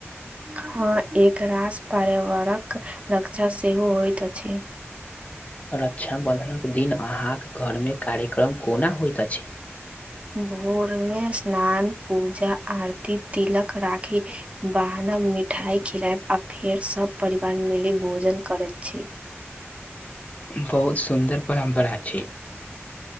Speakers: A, on the right; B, on the left.
A: हँ एक रास पर्यवारक रक्षा सेहो होइत अछि।
B: रक्षाबन्धनक दिन अहाँक घरमे कार्यक्रम कोना होइत अछि?
A: भोर मे स्नान पूजा आरती तिलक राखी बहानब मिठाई खिलायब आ फेर सब परिवार मिली भोजन करैत छी।
B: बहुत सुन्दर परम्परा छै।